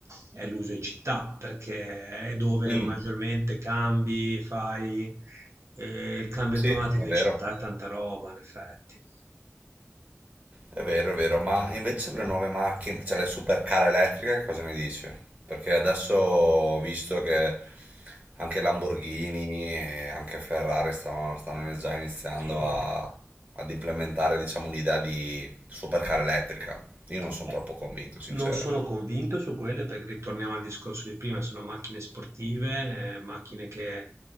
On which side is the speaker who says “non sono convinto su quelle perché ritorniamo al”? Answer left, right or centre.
Right